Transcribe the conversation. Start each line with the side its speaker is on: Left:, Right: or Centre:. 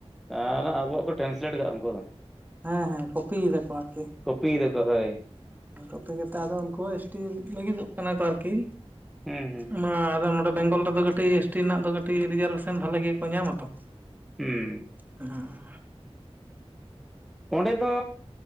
Centre: ᱛᱟᱦᱞᱮ ᱟᱵᱚᱣᱟᱜ ᱠᱚ ᱴᱨᱟᱱᱥᱞᱮᱴ ᱠᱟᱜᱼᱟ ᱩᱱᱠᱩ ᱫᱚ᱾
Right: ᱦᱮᱸ ᱦᱮᱸ ᱠᱚᱯᱤᱭᱮᱫᱟ ᱠᱚ ᱟᱨᱠᱤ᱾
Centre: ᱠᱚᱯᱤᱭ ᱫᱟᱠᱚ ᱦᱳᱭ
Right: ᱠᱚᱯᱤ ᱠᱟᱛᱮᱫ ᱟᱫᱚ ᱩᱱᱠᱩ ᱦᱚᱸ ᱮᱥᱴᱤ ᱞᱟᱜᱤᱫᱚᱜ ᱠᱟᱱᱟ ᱠᱚ ᱟᱨᱠᱤ᱾
Centre: ᱦᱩᱸ ᱦᱩᱸ
Right: ᱢᱟ ᱟᱫᱚ ᱱᱚᱰᱮ ᱵᱮᱝᱜᱚᱞ ᱨᱮ ᱫᱚ ᱠᱟᱴᱤᱡ ᱮᱥᱴᱤ ᱨᱮᱱᱟᱜ ᱫᱚ ᱠᱟᱴᱤᱡ ᱨᱤᱡᱟᱨᱵᱷᱮᱥᱚᱱ ᱵᱷᱟᱞᱮ ᱜᱮᱠᱚ ᱧᱟᱢ ᱟᱛᱚ
Centre: ᱦᱩᱸᱻ
Right: ᱦᱮᱸ
Centre: ᱚᱸᱰᱮ ᱫᱚ